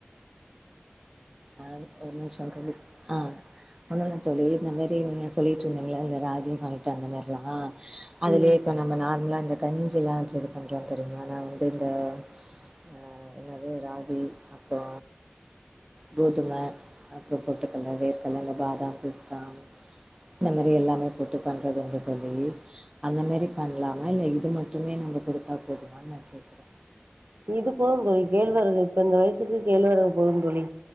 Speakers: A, on the right; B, on the right.
A: அது ஒரு நிமிஷோ தோழி ஆ ஒன்னுல்லா தோழி இந்த மேரி நீங்க சொல்லிட்டு இருந்தீங்களா அ ராகிமால்ட்டு அந்த மேரில்லா அதிலயே
B: ம்
A: இப்ப நம்ம நார்மலா இந்த கஞ்சி எல்லா வச்சி இது பண்றோ தெரியுமா நா வந்து இந்த ஆ இன்னது ராகி அப்போ கோதும அப்புறோ பொட்டுக்கல்ல வேர்கல்ல இந்த பாதாம் பிஸ்தா இந்த மாரி எல்லாமே போட்டு பண்றது உண்டு தோழி அந்த மேரி பண்ணலாமா இல்ல இது மட்டுமே நம்ம குடுத்தா போதுமான் நா கேக்குறே
B: இது போது தோழி கேழ்வரகு இப்ப இந்த வயசுக்கு கேழ்வரகு போது தோழி